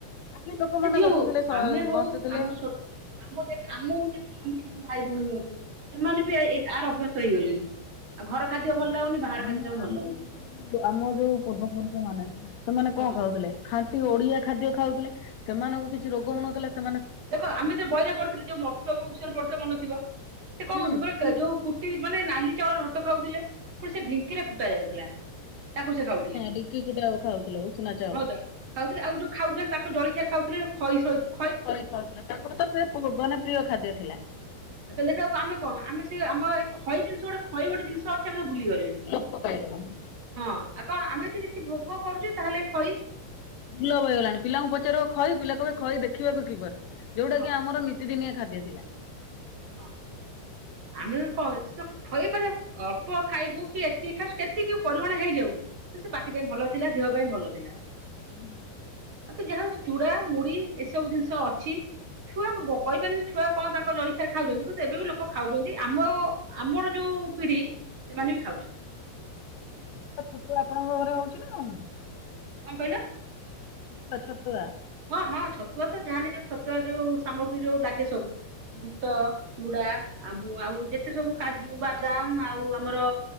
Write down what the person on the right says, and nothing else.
ଏ ଯିଏ
ହଉ ଆମେ ହଉ
ଆମ ଶୋଟ୍ ଆମ ଦେ ଆମକୁ ଦେଖି ଆମେ ଛୋ ଭାଇ ଭଉଣୀ ହୁଅନ୍ତୁ ସେମାନେ ବି ଏଇ ଏଇ ଆର ଅଭ୍ୟସ୍ତ ହେଇଗଲେଣି। ଆଉ ଘର ଖାଦ୍ୟ
ଭଲ ଲାଗୁନି ବାହାର
ଖାଦ୍ୟ ତାଙ୍କୁ ଭଲ
ଲାଗୁଛି।
ହଁ
ହୁଁ।
ଦେଖ ଆମେ ଯେ ବଇରେ ପଢୁଥିଲୁ ଯୋଉ ମଧୁବାବୁ ବିଷୟରେ ପଢୁଥିଲେ ମନ ଥିବ। ସେ କଣ
କହୁ <unintelligible> ଯୋଉ କୁଟି ମାନେ ନାଲି ଚାଉଳର ଭାତ ଖାଉଥିଲେ। ପୁଣି ସେ ଢିଙ୍କିରେ କୁଟା ଯାଉଥିଲା ତାକୁ ସେ ଖାଉଥିଲି।
<unintelligible> ଖାଉଥିଲେ ଆଉ ଯୋଉ ଖାଉଥୁଲେ ତାଙ୍କ ଜଳଖିଆରେ ଖାଉଥିଲେ ଖଇ ସହିତ
ତାଲେ ସିଏ ଆଉ ଆମେ କଣ ଆମେ ସେଇ ଆମ ଏଇ ଖଇ ଜିନିଷ ଗୋଟେ ଖଇ ଗୋଟେ ଜିନିଷ ଅଛି ଆମେ ତାକୁ ଭୁଲିଗଲେଣି।
ହଁ ଆଁ କଣ ଆମେ ଯଦି କିଛି ଭୋଗ କରୁଚେ ତାହେଲେ ଖଇ
ହଁ
ସେ
ହଁ ଆମେ କଁ ଅଛ୍। ତ ଫଇପାରେ ଅଳ୍ପ ଖାଇବୁ କି ଏତିକି ଖାଇୁବ କେତିକି ପରିମାଣ ହେଇଯାଉ। ସେ ପାଟି ପାଇଁ ଭଲ ଥିଲା ଦେହ ପାଇଁ ଭଲ ଥିଲା।
ଆଉ କି ଯାହା ହୋଉ ଚୁଡା ମୁଢି ଏସବୁ ଜିନିଷ ଅଛି। ଛୁଆଙ୍କୁ ବ କହିପାରନି ଛୁଆ କଣ ତାଙ୍କର ଜଳିଖି <unintelligible> ଖାଉଚନ୍ତି କିନ୍ତୁ ଏବେ ବି ଲୋକ ଖାଉଚନ୍ତି ଆମ ଆମର ଯୋଉ ପିଢି ସେମାନେ ବି ଖାଉଚନ୍ତି।
କଣ କଇଲ?
ହଁ ହଁ ଛତୁଆ ତ ଯାହେଲେ ଯୋଉ ଛତୁଆ ଯୋଉ ସାମଗ୍ରୀ ଯୋଉ ଲାଗେ ସବୁ। ବୁଟ, ଚୁଡା ଆ ବୋ ଆଉ ଯେତେ ସବୁ କାଜୁ, ବାଦାମ ଆଉ ଆମର